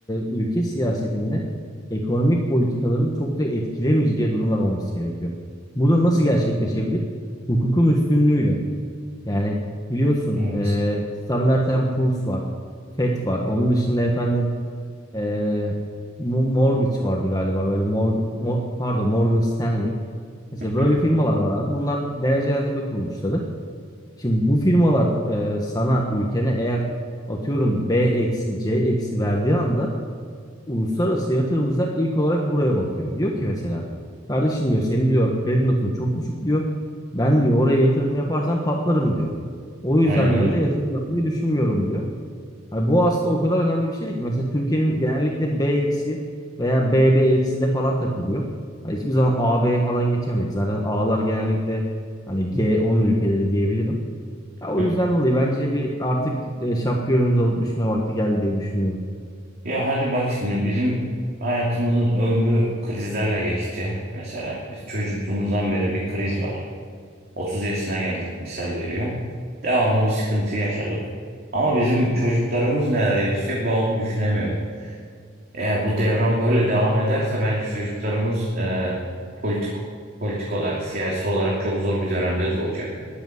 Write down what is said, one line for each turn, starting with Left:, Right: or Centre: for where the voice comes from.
Left: ülke siyasetinde ekonomik politikaların çok da etkilemeyeceği durumlar olması gerekiyor. Bu da nasıl gerçekleşebilir? Hukukun üstünlüğüyle. Yani biliyorsun
Right: Evet.
Left: e, Standard and Poor's var. FED var. Onun dışında efendim e, Mo- Mortgage vardı galiba böyle Mor Mo- pardon Morgan Stanley. Mesela böyle
Right: Hı.
Left: firmalar var abi. Bunlar derecelendirme kuruluşları. Şimdi bu firmalar e, sana ülkene eğer atıyorum B eksi C eksi verdiği anda uluslararası yatırımcılar ilk olarak buraya bakıyor. Diyor ki mesela kardeşim diyor senin diyor kredi notun çok düşük diyor. Ben diyor oraya yatırım yaparsam patlarım diyor. O yüzden
Right: Aynen
Left: dolayı
Right: öyle.
Left: da yatırım yapmayı düşünmüyorum diyor. Hani bu aslında o kadar önemli bir şey ki mesela Türkiye'nin genellikle B eksi veya b B eksi de falan takılıyor. Hani hiçbir zaman a AB'ye falan geçemedik. Zaten A'lar genellikle hani g on ülkeleri diyebilirim. Ya o
Right: Hı.
Left: yüzden dolayı bence bir artık e, şapka yorumumuzu alıp düşme vakti geldi diye düşünüyorum.
Right: Ya hadi bak şimdi bizim hayatımızın ömrü krizlerle geçti. Mesela biz çocukluğumuzdan beri bir kriz var. 30 yaşına geldik misal veriyorum. Devamlı bir sıkıntı yaşadık. Ama bizim çocuklarımız neler yaşayacak ben onu düşünemiyorum. Eğer bu devran böyle devam ederse bence çocuklarımız e, politik politik olarak, siyasi olarak çok zor bir dönemde doğacak.